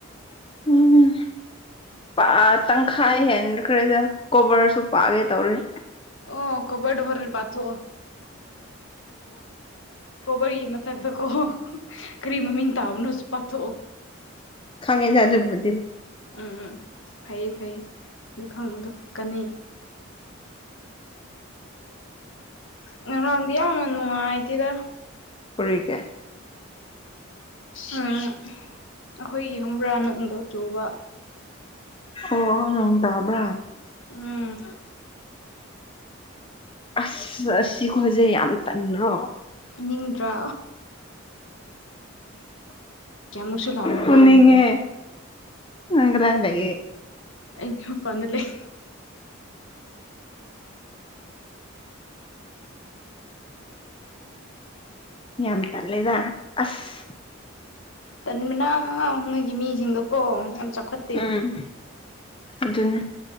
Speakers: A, on the left (about 25°); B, on the left (about 65°).
A: ꯎꯝ ꯑ ꯇꯪ ꯊꯥ ꯍꯦꯟꯈ꯭ꯔꯦꯗ ꯀꯣꯕꯔꯁꯨ ꯄꯥꯒꯦ ꯇꯧꯔꯦ
B: ꯑꯣ ꯀꯣꯕꯔ ꯍꯣꯔꯅ ꯄꯊꯣ ꯀꯣꯕꯔꯒꯤ ꯃꯊꯛꯇ ꯀꯣ ꯀꯔꯤ ꯃꯃꯤꯡ ꯇꯥꯕꯅꯣ ꯄꯥꯊꯣꯛꯑꯣ
A: ꯈꯪꯉꯩꯖꯗꯕꯨꯗꯤ
B: ꯎꯝ ꯎꯝ ꯐꯩꯌꯦ ꯐꯩꯌꯦ ꯑꯗꯨ ꯈꯪꯕꯗꯣ ꯀꯟꯅꯩ ꯉ ꯍꯪꯌꯥꯅꯨꯡ ꯑꯥꯏꯇꯗ
A: ꯀ ꯀꯦ
B: ꯎꯝ ꯑꯩꯈꯣꯏꯒꯤ ꯍꯝꯕ꯭ꯔꯥ ꯅꯨꯡꯗꯣ ꯆꯨꯕ
A: ꯑꯣ ꯅꯣꯡ ꯇꯥꯕ꯭ꯔꯥ
B: ꯎꯝ
A: ꯑꯁ ꯑꯁꯤ ꯈꯁꯩ ꯌꯥꯝ ꯇꯟꯈ꯭ꯔꯣ
B: ꯅꯤꯡꯗ꯭ꯔꯥ ꯀꯌꯥꯃꯨꯛꯁꯨ ꯂꯥꯛꯑꯣꯅ
A: ꯐꯨꯅꯤꯡꯉꯦ
B: ꯉꯥꯡꯕꯔꯣ
A: ꯅꯪ ꯀꯗꯥꯏ ꯂꯩꯌꯦ
B: ꯎꯝ ꯏꯄꯝ ꯂꯩ
A: ꯌꯥꯝ ꯇꯜꯂꯦꯗ ꯑꯁ
B: ꯇꯟꯕꯅ ꯅꯣꯏꯒꯤ ꯃꯤꯁꯤꯡꯗꯨꯣꯀꯣ ꯌꯥꯝ ꯆꯥꯎꯈꯠ
A: ꯎꯝ ꯑꯗꯨꯅꯦ